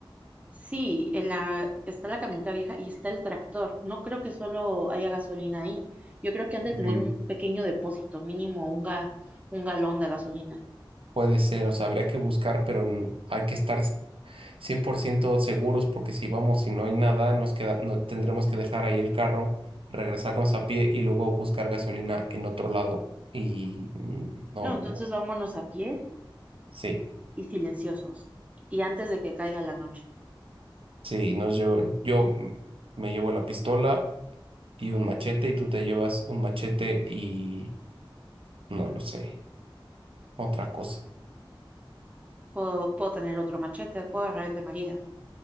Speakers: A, on the right; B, on the right.
A: Sí, en la, está la camioneta vieja y está el tractor. No creo que solo haya gasolina ahí. Yo creo que han de
B: Ujú.
A: tener un pequeño depósito, mínimo un, ga- un galón de gasolina.
B: Puede ser, o sea, habría que buscar, pero n- hay que estar 100% seguros porque si vamos y no hay nada, nos queda, no- tendremos que dejar ahí el carro, regresarnos a pie y luego buscar gasolina en otro lado. Y mm, no,
A: No,
B: no,
A: entonces vámonos a pie
B: sí.
A: y silenciosos. Y antes de que caiga la noche.
B: Sí, nos llevo, yo mm, me llevo la pistola y un machete y tú te llevas un machete y no lo sé, otra cosa.
A: Puedo, puedo tener otro machete, puedo agarrar el de María,